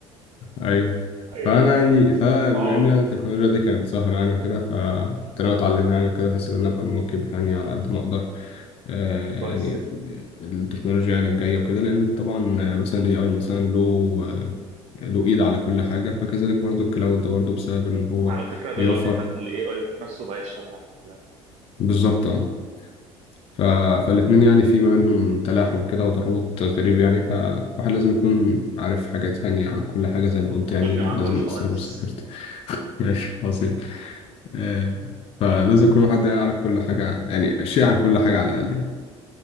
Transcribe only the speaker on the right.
ايوه
اه
كويس
جدا
على فكره دلوقتي
حتى الاي اي ذات نفسه بقى يشتغل على الكلام
<laughs> مهم.
خدني
معاك يا باشمهندس